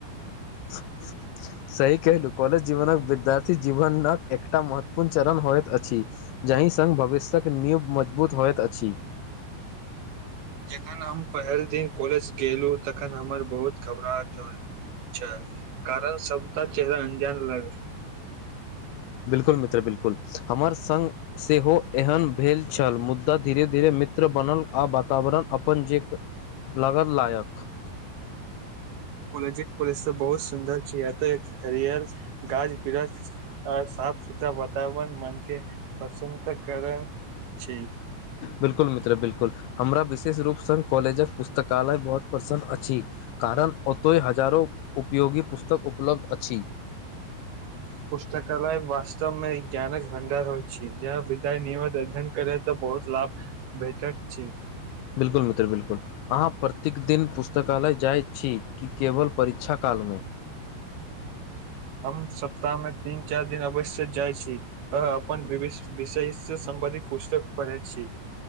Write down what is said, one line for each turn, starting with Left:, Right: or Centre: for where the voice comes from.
Left: <unintelligible> सही कहलहुँ, कॉलेज जीवनक विद्यार्थी जीवनक एकटा महत्वपूर्ण चरण होइत अछि। जाहि संग भविष्यक नींव मजबूत होइत अछि।
Right: जखन हम पहिल दिन कॉलेज गेलु तखन हमर बहुत घबराहट रहए कारण सबटा चेहरा अंजान लागए
Left: बिल्कुल मित्र बिल्कुल, हमर संग सेहो एहन भेल छल मुदा धीरे-धीरे मित्र बनल आ वातावरण अपन जे- लगल लायक।
Right: कॉलेज पैलस तॅं बहुत सुन्दर छै एतय <unintelligible> <unintelligible> आ साफ सुथरा वातावरण मनके प्रसन्नता करऽ छी
Left: बिल्कुल मित्र बिल्कुल हमरा विशेष रूपसँ कॉलेजक पुस्तकालय बहुत पसन्द अछि। कारण ओतय हजारो उपयोगी पुस्तक उपलब्ध अछि।
Right: पुस्तक -कालय वास्तवमे ज्ञानक भंडार होइत अछि जहाॅं विद्यार्थी नियमित अध्ययन करए तॅं बहुत लाभ- भेटैत छै।
Left: बिल्कल मित्र बिल्कुल। अहाँ प्रत्येक दिन पुस्तकालय जाइत छी की केवल परीक्षा कालमे?
Right: हम सप्ताहमे तीन-चारि दिन अवश्य जाइत छी। तॅं अपन विषयसँ संबंधित पुस्तक पढ़ै छी।